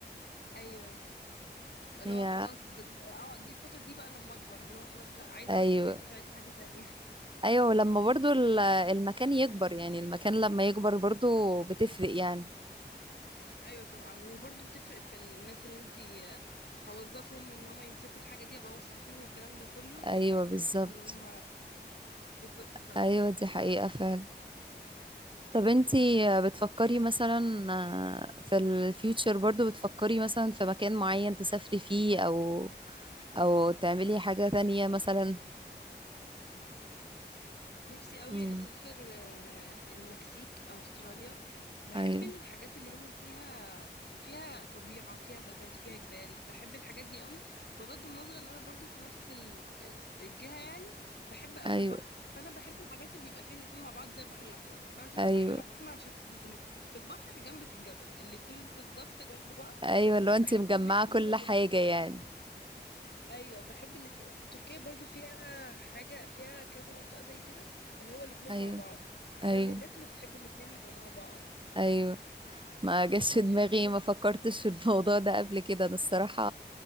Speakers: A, on the left; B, on the right.
A: ايوه اللي
B: هي
A: هو خلاص د- اه دي الفتره دي بقى لما اكبر اللي هو خلاص مش ع- عايزه
B: ايوه
A: اقعد في البيت مش عايزه حاجه تانية
B: ايوه لما برضو ال- المكان يكبر يعني المكان لما يكبر برضو بتفرق يعني
A: ايوه طبعا وبرضه بتفرق في الناس اللي انتي هوظفهم ان هم يمسكوا الحاجه دي ابقى واثقه فيهم والكلام ده كله
B: ايوه
A: لو ناس
B: بالظبط
A: ان هم بالظبط ف
B: ايوه دي حقيقة فعلا طب انتي آه، بتفكري مثلا آه، في الفيوتشر برضو بتفكري مثلا في مكان معين تسافري فيه او او تعملي حاجة تانية مثلا
A: نفسي قوي
B: امم
A: اسافر آه، المكسيك او استراليا بحب
B: ايوه
A: الحاجات اللي هي فيها فيها طبيعة فيها غابات فيها جبال بحب الحاجات دي قوي بغض النظر ان انا برضو في نفس ال- الجهة يعني بحب قوي
B: ايوه
A: البحر فانا بحب الحاجات اللي بيبقى فيها الاتنين مع بعض زي البحر الاحمر بعشق
B: ايوه
A: البحر الاحمر عشان بيبقى في البحر جنبك الجبل الاتنين بالظبط جنب بعض
B: ايوه
A: فانا
B: لو انتي
A: بحب
B: مجمعة
A: الميكس
B: كل
A: بين الاتنين
B: حاجة يعني
A: ايوه بحب الاتنين تركيا برضو فيها حاجه فيها كذا منطقه زي كده اللي هو الاتنين
B: ايوه
A: مع بعض
B: ايوه
A: انا من الناس اللي بتحب الاتنين يبقوا مع بعض
B: ايوه ما جاش
A: انتي
B: في
A: بتحبي
B: دماغي
A: مين
B: ما فكرتش في الموضوع ده قبل كده انا الصراحة